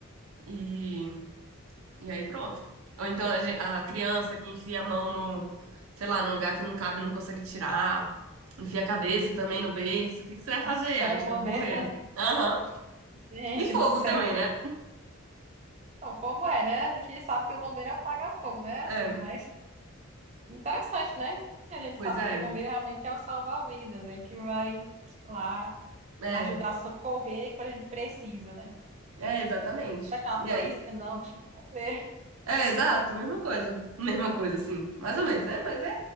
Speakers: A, on the right (about 75°); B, on the right (about 30°).
A: e, e aí pronto. Ou então a, gen- a criança que enfia a mão no, sei lá, num lugar que não cabe, não consegue tirar. Enfia a cabeça também no berço. O que que você vai fazer?
B: Mas são
A: Aí chama
B: bombeiros,
A: o bombeiro. Aham.
B: <laughs> gente
A: E fogo
B: do céu.
A: também, né?
B: Não, fogo é, né? A gente sabe que o bombeiro apaga fogo, né?
A: É,
B: Assim, mas interessante, né? A gente
A: pois
B: sabe
A: é.
B: que o bombeiro realmente é o salva-vidas, ele que vai lá
A: É,
B: ajudar a socorrer quando a gente precisa, né?
A: é exatamente.
B: Vai chamar a polícia?
A: E aí?
B: Não, vai chamar o bombeiro.
A: É, exato, mesma coisa. <laughs> Mesma coisa, assim. Mais ou menos, né? Mas é